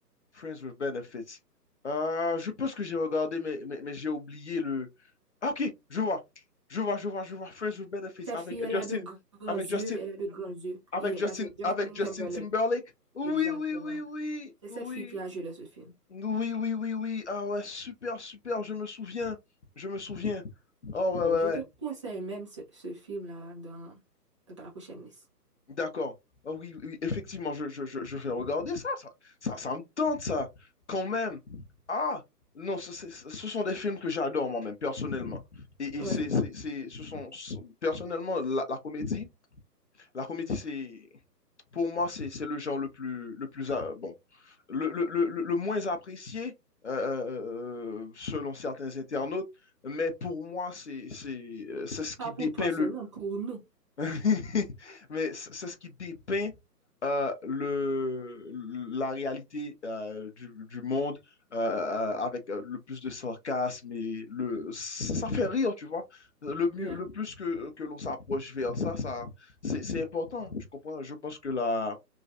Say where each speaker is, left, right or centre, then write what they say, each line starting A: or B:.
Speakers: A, on the left; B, on the right.
A: Friends with Benefits. Euh, je pense que j'ai regardé, mais, mais, mais j'ai oublié Ah, ok, je vois. Je vois, je vois, je vois. Friends with Benefits
B: Cette
A: avec
B: fille, elle
A: Justin,
B: a de grands
A: avec
B: yeux,
A: Justin,
B: elle a de grands yeux.
A: avec
B: Et
A: Justin,
B: avec Justin
A: avec Justin
B: Timberlake,
A: Timberlake. Oui,
B: exactement.
A: oui, oui, oui,
B: C'est cette
A: oui.
B: fille qui a joué dans ce film.
A: Oui, oui, oui, oui. Ah ouais, super, super. Je me souviens. Je me souviens. Oh
B: Bon,
A: ouais, ouais,
B: je
A: ouais.
B: te conseille même ce, ce film-là dans, dans ta prochaine liste.
A: D'accord. Ah oui, oui, effectivement, je, je, je, je vais regarder ça, ça. Ça, ça me tente, ça. Quand même. Ah, non, ce, c'est- ce sont des films que j'adore moi-même, personnellement. Et,
B: Ouais.
A: et c'est, c'est, c'est, ce sont, personnellement, la la comédie. La comédie, c'est, pour moi, c'est c'est le genre le plus, le plus, euh, bon, le, le, le, le- moins apprécié euh, euh, euh, selon certains internautes, mais pour moi, c'est c'est euh, c'est ce
B: Pas
A: qui
B: pour
A: dépeint
B: toi seulement,
A: le,
B: pour nous.
A: <laughs> Mais c- c'est ce qui dépeint euh, le, la réalité euh, du, du monde euh, euh, avec euh, le plus de sarcasme et le, ça ça fait rire, tu vois. Le mieux,
B: Yeah.
A: le plus que, que l'on s'approche vers ça, ça, c'est, c'est important, tu comprends? Je pense que la,